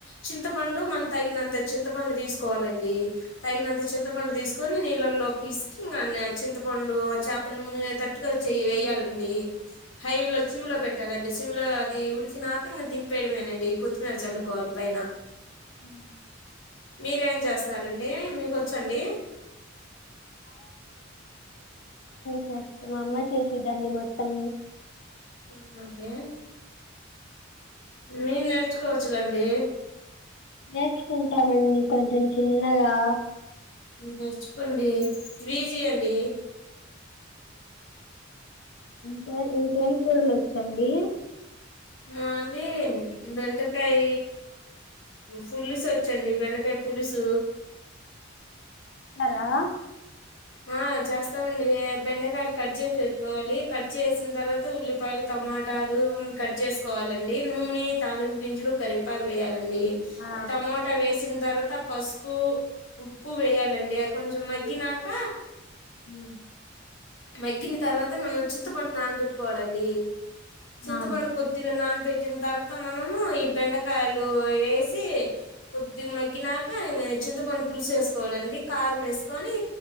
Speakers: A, on the left (about 70°); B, on the left (about 60°).
A: చింతపండు మన తగినంత చింతపండు తీసుకోవాలండి తగినంత చింతపండు తీసుకొని నీళ్ళల్లో పిసికి ఇంగ న్ చింతపండు చేపలు మునిగే తట్టుగా వేయ్యాలండి హైవే లో సిమ్ లో పెట్టాలండి సిమ్ లో అది ఉడికినా క్కంగా దింపేయడమేనండి కొత్తిమీర చల్లుకోవాలి పైన
B: అహ
A: మీరేం చేస్తారండి మీకొచ్చండి
B: చేస్తా మా అమ్మె చేసిద్దండి మొత్తం
A: అవునా అండి మీరు నేర్చుకోవచ్చు కండి
B: నేర్చుకుంటామండి కొంచెం చిన్నగా
A: నేర్చుకోండి విజి అండి
B: ఇంకా ఇంకేం కుర్లు వచ్చండి
A: మా అండి బెండకాయ ఫుల్లుస్ వచ్చండి బెండకాయ పులుసు
B: ారా
A: ఆ చేస్తామండి బెండకాయలు కట్ చేసి పెట్టుకోవాలి కట్ చేసిన తర్వాత ఉల్లిపాయలు టమాటాలు కట్ చేసుకోవాలండి నూనె తలింపు గింజులు కరిపాకు వేయాలండి
B: ఆ
A: టమోట వేసిన్ తర్వాత పసుపు ఉప్పు వేయాలండి అ కొంచెం మగ్గినాక
B: మ్
A: మగ్గిని తర్వాత మనం చింతపడు నానబెట్టుకోవాలండి చింతపండు
B: ఆ ఆ
A: కొద్దిగా నానబెట్టిన తర్వాత మనము ఈ బెండకాయలు వేసి కొద్దిగా మగ్గినాక చింతపండు పులుసు వేసుకోవాలండి కారం వేసుకొని